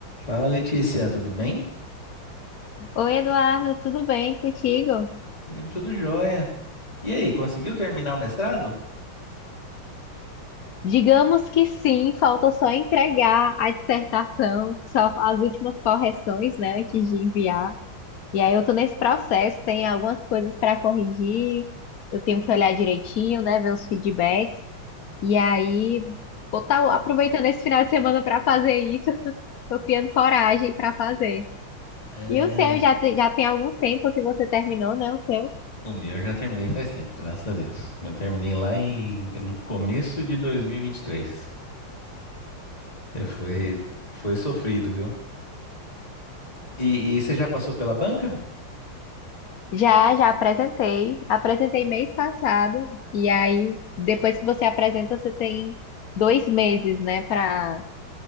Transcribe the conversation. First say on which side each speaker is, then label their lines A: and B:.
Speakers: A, on the left; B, on the left.
A: Fala Letícia, tudo bem?
B: Oi, Eduardo, tudo bem contigo?
A: Comigo tudo jóia. E aí, conseguiu terminar o mestrado?
B: Digamos que sim, falta só entregar a dissertação, só as últimas correções, né, antes de enviar. E aí eu tô nesse processo, tem algumas coisas para corrigir, eu tenho que olhar direitinho, né, ver os feedbacks. E aí, vou estar aproveitando esse final de semana para fazer isso. <laughs> Tô criando coragem para fazer.
A: É,
B: E o seu já, te- já tem algum tempo que você terminou, né, o seu?
A: o meu eu já terminei faz tempo, graças a Deus. Eu terminei lá em, no começo de 2023. É, foi, foi sofrido, viu? E, e você já passou pela banca?
B: Já, já apresentei. Apresentei mês passado. E aí, depois que você apresenta, você tem dois meses, né, para